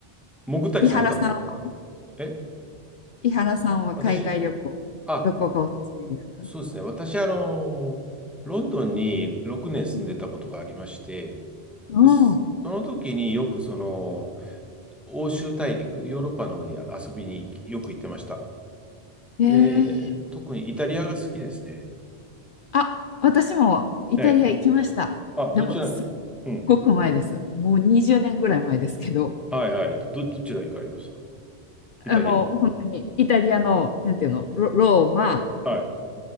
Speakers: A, in the centre; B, on the left.
A: 潜ったりされたんですか
B: 伊原さんは、
A: え、
B: 伊原さんは海外旅行、
A: 私あ、
B: どこがおすすめですか
A: そうですね。私、あの、ロンドンに6年住んでたことがありまして、
B: うん。おー
A: です。その時によくその、欧州大陸、ヨーロッパの方に遊びによく行ってました。
B: へえ
A: で、特にイタリアが好きですね。
B: あ、私もイタリア行きました。
A: ええ。あ、どちらに、
B: でも、すっ
A: うん。
B: ごく前です。もう20年ぐらい前ですけど、
A: はいはい。ど、どちら行かれましたイタリアの。
B: あの、本当にイタリアの、なんていうの、ロ、ローマ、
A: はい。